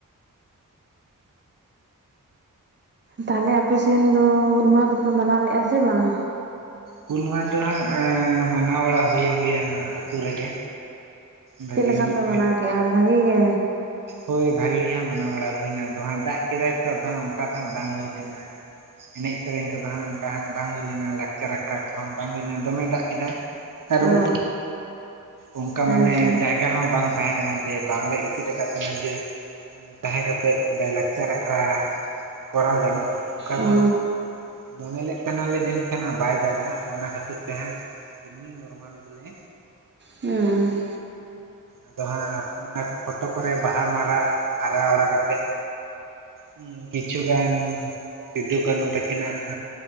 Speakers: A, on the right; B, on the right.
A: ᱛᱟᱦᱚᱞᱮ ᱟᱯᱮ ᱮᱥᱱ ᱫᱚ ᱦᱩᱞ ᱢᱟᱦᱟ ᱫᱚᱯᱮ ᱢᱟᱱᱟᱣ ᱞᱮᱫᱼᱟ ᱥᱮ ᱵᱟᱝ?
B: ᱦᱩᱞ ᱢᱟᱦᱟ ᱫᱚ ᱦᱟᱸᱜ ᱢᱟᱱᱟᱣ ᱵᱟᱲᱟ ᱦᱩᱭᱮᱱ ᱜᱮᱭᱟ ᱟᱛᱩ ᱨᱮᱜᱮ᱾ ᱵᱷᱟᱹᱜᱤ
A: ᱪᱮᱜ ᱞᱮᱠᱟ
B: ᱧᱚᱜ
A: ᱯᱮ ᱢᱟᱱᱟᱣ
B: ᱜᱮ
A: ᱠᱮᱫᱮᱜᱼᱟ ᱵᱷᱟᱹᱜᱮ ᱜᱮ?
B: ᱦᱳᱭ ᱵᱷᱟᱜᱮ ᱜᱮ ᱦᱟᱸᱜ ᱢᱟᱱᱟᱣ ᱵᱟᱲᱟ ᱦᱩᱭᱱᱟ ᱟᱫᱚ ᱦᱟᱸᱜ ᱫᱟᱜ ᱠᱮᱫᱟᱭ ᱛᱚ, ᱚᱱᱠᱟ ᱫᱚ ᱦᱟᱸᱜ ᱵᱟᱝ ᱦᱩᱭ ᱞᱮᱱᱟ᱾ ᱮᱱᱮᱡ ᱥᱮᱨᱮᱧ ᱠᱚᱫᱚ ᱦᱟᱸᱜ ᱚᱱᱠᱟ ᱦᱟᱸᱜ ᱵᱟᱝ ᱦᱩᱭ ᱞᱮᱱᱟ᱾ ᱞᱟᱠᱪᱟᱨ ᱟᱠᱷᱲᱟ ᱠᱚᱫᱚ ᱦᱟᱸᱜ ᱵᱟᱝ ᱦᱩᱭ ᱞᱮᱱᱟ ᱫᱚᱢᱮ ᱫᱟᱜ ᱠᱮᱫᱟᱭ᱾ ᱠᱟᱨᱚᱱ
A: ᱚ
B: ᱚᱱᱠᱟ
A: ᱦᱮᱸᱛᱚ
B: ᱢᱟᱱᱮ ᱡᱟᱭᱜᱟ ᱦᱚᱸ ᱵᱟᱝ ᱛᱟᱦᱮᱸ ᱠᱟᱱᱟ ᱡᱮ ᱵᱟᱝᱞᱮ ᱪᱮᱫ ᱟᱠᱟᱫ ᱛᱟᱦᱮᱸᱱᱟ ᱡᱮ ᱛᱟᱦᱮᱸ ᱠᱟᱛᱮᱜ ᱚᱸᱰᱮ ᱞᱟᱠᱪᱟᱨ ᱟᱠᱷᱲᱟ ᱠᱚᱨᱟᱣ ᱜᱟᱱᱚᱜᱼᱟ ᱾ ᱚᱱᱠᱟ
A: ᱚ
B: ᱫᱚ ᱦᱟᱸᱜ ᱢᱚᱱᱮ ᱞᱮᱫ ᱛᱟᱦᱮᱱᱟᱞᱮ ᱡᱟᱹᱱᱤᱡ ᱠᱷᱟᱱᱦᱟᱸᱜ ᱵᱟᱭ ᱫᱟᱜᱟ ᱟᱫᱚ ᱚᱱᱟ ᱠᱷᱟᱹᱛᱤᱨ ᱛᱮᱦᱟᱸᱜ ᱤᱢᱱᱤ ᱱᱚᱨᱢᱟᱞ ᱜᱮᱞᱮ
A: ᱦᱩᱸ
B: ᱟᱫᱚ ᱦᱟᱸᱜ ᱚᱱᱟ ᱯᱷᱳᱴᱳ ᱠᱚᱨᱮ ᱵᱟᱦᱟ ᱢᱟᱞᱟ ᱟᱨᱟᱣ ᱵᱟᱲᱟ ᱠᱟᱛᱮᱜ ᱦᱸ ᱠᱤᱪᱷᱩ ᱜᱟᱱ ᱥᱤᱫᱩ ᱠᱟᱹᱱᱦᱩ ᱛᱟᱹᱠᱤᱱᱟᱜ